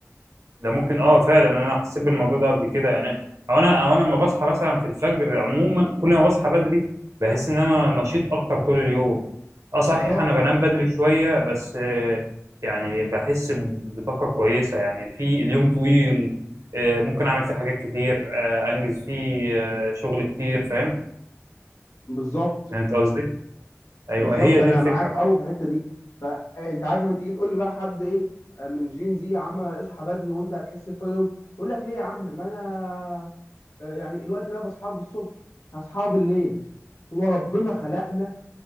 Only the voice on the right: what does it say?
ده ممكن اه فعلا انا حسيت بالموضوع ده قبل كده يعني او انا او انا لما بصحى مثلا في الفجر عموما كل ما بصحى بدري بحس ان انا نشيط اكتر طول اليوم اه صحيح
انا بنام بدري شويه بس آه، يعني بحس ب- بطاقه كويسه يعني في اليوم طويل آه، ممكن اعمل فيه حاجات كتير آه، انجز فيه آه، شغل كتير فاهم
يعني انت قصدي ايوه
هي
دي الفكره
بقى